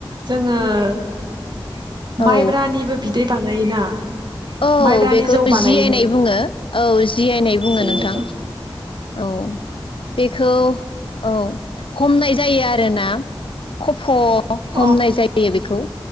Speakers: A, on the right (about 55°); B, on the left (about 75°).
A: जोङो <inaudible>
B: औ
A: माइब्रानिबो बि दै बानायोना?
B: औ
A: माइब्रानि
B: बेखौ
A: जौ बानायोना
B: जिआइनाय बुङो। औ जिआयनाय बुङो
A: जेनो
B: नोंथां औ बेखौ औ हमनाय जायो आरोना खफ हमनाय
A: औ
B: जायो बेखौ